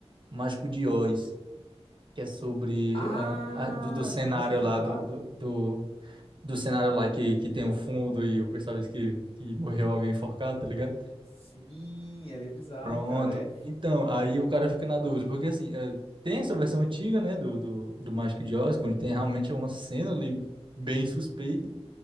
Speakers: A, on the right; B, on the left.
A: Mágico de Oz, que é sobre
B: Ah,
A: a, a- do, do cenário
B: do, do suicídio
A: lá do,
B: lá?
A: do, do, do cenário lá que, que tem o fundo e o pessoal diz que, que morreu alguém enforcado, tá ligado?
B: Sim, ele é bizarro,
A: Pronto.
B: cara. É,
A: Então, aí o cara fica na dúvida, porque assim, eh, tem essa versão antiga, né, do, do, do Mágico de Oz, onde tem realmente uma cena ali bem suspeita.